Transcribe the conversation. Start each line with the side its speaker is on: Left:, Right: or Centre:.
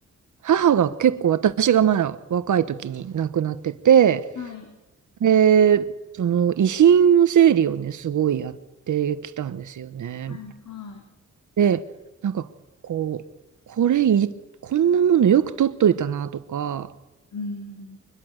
Right: 母が結構私がまだ若い時に亡くなってて、
Left: はい、
Right: で、その遺品の整理をね、すごいやってきたんですよね。
Left: はい、はい。
Right: で、なんかこう、これい、こんなものよく取っといたなとか、
Left: うん、